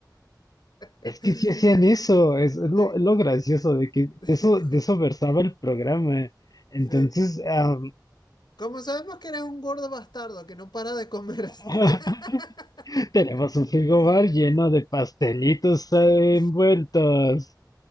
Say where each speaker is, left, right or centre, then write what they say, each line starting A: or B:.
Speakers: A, on the left (about 70°); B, on the left (about 55°).
A: <laughs>
B: Es que sí hacían eso, es es lo,
A: Sí.
B: es lo gracioso de que de
A: <laughs>
B: eso, de eso versaba el programa. Entonces,
A: Sí.
B: am,
A: Como sabemos que eres un gordo bastardo que no para de comer.
B: <laughs>
A: <laughs>
B: Tenemos un frigobar lleno de pastelitos eh,
A: <laughs>
B: envueltos.